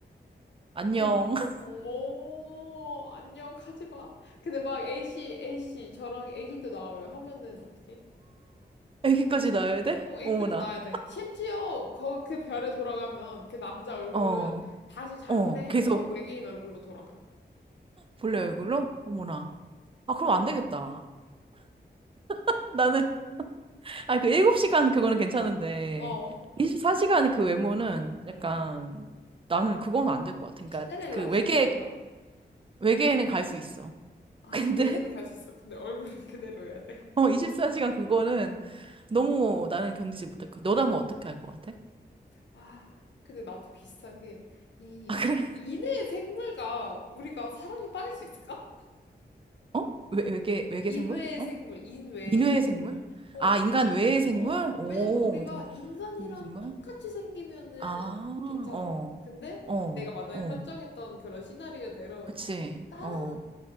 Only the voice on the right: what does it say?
안녕.
<laughs>
애기까지 낳아야 돼?
어머나.
어,
어,
계속
본래 얼굴로? 어머나.
아, 그럼 안 되겠다. <laughs> 나는 아, 그 7시간 그거는 괜찮은데,
24시간 그 외모는 약간,
나는 그건 안 될 것 같아. 그러니까
그 외계,
외계에는 갈 수 있어.
근데,
<laughs>
어, 24시간 그거는 너무 나는 견디지 못할 것 같아. 너라면 어떻게 할 것 같아?
아, 그래?
<laughs> 어? 외, 외계, 외계
생물? 어?
인외의
생물?
아, 인간 외의 생물?
오,
되게,
외의 생물?
아,
어,
어,
어.
그치,
어.